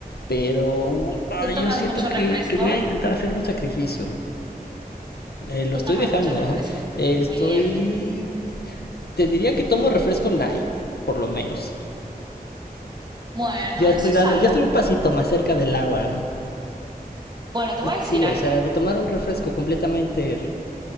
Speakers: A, on the left; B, on the right.
A: Pero uh, ah,
B: ¿Tú tomas
A: yo siento
B: mucho
A: que,
B: refresco?
A: que voy a intentar hacer un sacrificio. Eh, lo
B: ¿Tú
A: estoy
B: tomas
A: dejando.
B: mucho refresco?
A: Eh, estoy...
B: Muy bien.
A: Te diría que tomo refresco light, por lo menos.
B: Bueno,
A: Ya estoy
B: eso es
A: dando,
B: algo.
A: ya estoy un pasito más cerca del agua.
B: Bueno, te voy a decir
A: Sí,
B: algo.
A: o sea, de tomar un refresco completamente...